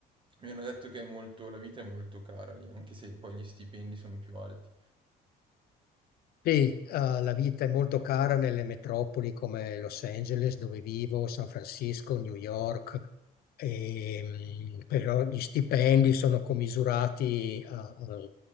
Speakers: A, on the right; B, on the left.
A: mi hanno detto che è molto- la vita è molto cara lì, anche se poi gli stipendi sono più alti.
B: Sì, eh, la vita è molto cara nelle metropoli come Los Angeles, dove vivo, San Francisco, New York, e, mh, però gli stipendi sono commisurati a- al